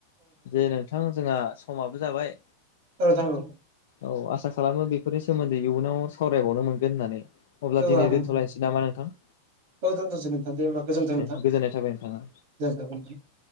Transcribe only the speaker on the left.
जे नो थां जोंहा समाबो जाबाय
औ आसा खालामो बेफोरनि सोमोन्दै इयुनाव सावरायबावनो मोनगोन होननानै। अब्ला दिनै
दोनथ'लायनोसै
नामा नोंथां?
दे
गोजोननाय थाबाय नोंथाङा